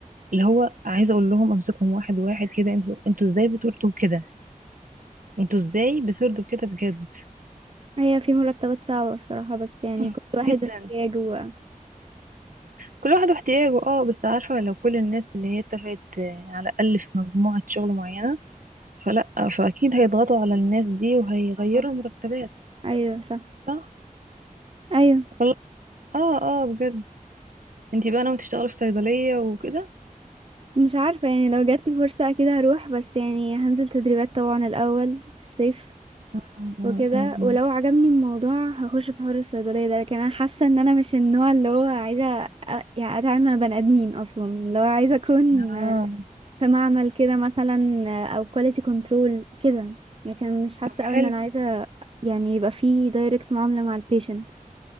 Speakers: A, on the right (about 65°); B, on the right (about 40°).
A: اللي هو عايزه اقول لهم امسكهم واحد واحد كده انتوا انتوا ازاي بتردوا كده انتوا ازاي بتردوا كده بجد <laughs>
B: ايوه في مرتبات صعبة الصراحة بس يعني كل
A: <clears throat>
B: واحد
A: جدا
B: احتياجه بقى
A: كل واحد واحتياجه اه بس عارفه لو كل الناس اللي هي اتفقت آه، على الاقل في مجموعه شغل معينه فلا فاكيد هيضغطوا على الناس دي وهيغيروا
B: آه،
A: المرتبات
B: ايوه صح
A: صح
B: ايوه
A: والله اه اه بجد انتي بقى ناوي تشتغلي في صيدلية وكده
B: مش عارفة يعني لو جاتلي فرصة اكيد هروح بس يعني هنزل تدريبات طبعا الاول في الصيف
A: مم، مم،
B: وكده
A: مم، مم.
B: ولو عجبني الموضوع هخش في حوار الصيدلية ده لكن انا حاسة ان انا مش النوع اللي هو عايزة أ- يعني اتعامل مع بني ادمين اصلا اللي هو عايزة اكون
A: اه
B: في معمل كده مثلا او كواليتي كنترول كده لكن مش حاسه
A: طب حلو
B: قوي ان انا عايزه يعني يبقى في دايركت معامله مع البيشنت